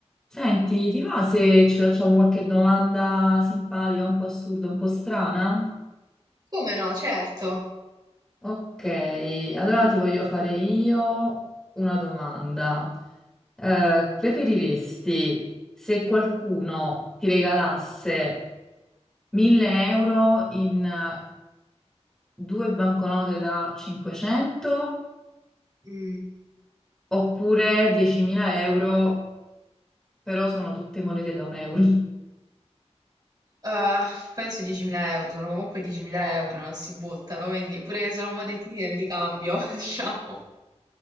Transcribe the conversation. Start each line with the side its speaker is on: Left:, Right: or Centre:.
Centre: Senti, ti va se ci facciamo qualche domanda simpatica, un po' assurda, un po' strana?
Right: Come no, certo.
Centre: Ok, allora ti voglio fare io una domanda. Eh, preferiresti se qualcuno ti regalasse 1000 euro in eh, due banconote da 500
Right: Mm.
Centre: oppure 10.000 euro, però sono tutte monete da un euro? <laughs>
Right: Ah, penso 10.000 euro, sono comunque 10.000 euro, non si buttano, quindi pure che sono monetine me li cambio, <laughs> diciamo.